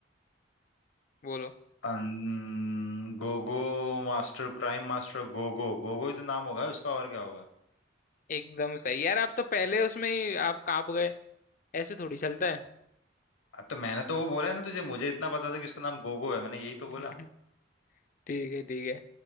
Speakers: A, on the left (about 40°); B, on the left (about 85°).
A: बोलो
B: अन- Gogo master crime master Gogo Gogo ही तो नाम होगा उसका और क्या होगा
A: एकदम सही यार आप तो पहले उसमें ही आप कांप गए ऐसे थोड़ी चलता
B: हाँ, तो मैंने तो वो बोला है ना तुझे मुझे इतना पता था कि उसका नाम गोगो है मैंने यही तो बोला
A: है <laughs> ठीक है ठीक है